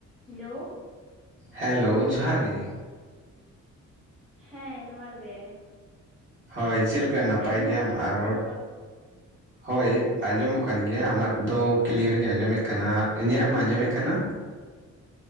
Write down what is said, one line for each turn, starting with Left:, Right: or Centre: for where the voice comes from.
Centre: Hello
Right: hello ᱡᱚᱦᱟᱨ ᱜᱮ,
Centre: ᱦᱮᱸ ᱡᱚᱦᱟᱨ ᱜᱮ᱾
Right: ᱦᱳᱭ ᱪᱮᱫ ᱞᱮᱠᱟ ᱱᱟᱯᱟᱭ
Centre: ᱟᱸᱡᱚᱢᱚᱜ
Right: ᱜᱮᱭᱟᱢ
Centre: ᱠᱟᱱᱟ ᱴᱷᱤᱠ
Right: ᱟᱨ
Centre: ᱴᱷᱟᱠ
Right: ᱨᱚᱲ, ᱦᱳᱭ ᱟᱸᱡᱚᱢᱚᱜ ᱠᱟᱱ ᱜᱮᱭᱟ ᱟᱢᱟᱜ ᱫᱚ ᱠᱞᱤᱭᱟᱨᱤᱧ ᱟᱸᱡᱚᱢᱮᱜ ᱠᱟᱱᱟ ᱤᱧᱟᱹᱜ ᱮᱢ ᱟᱸᱡᱚᱢᱮᱜ ᱠᱟᱱᱟ᱾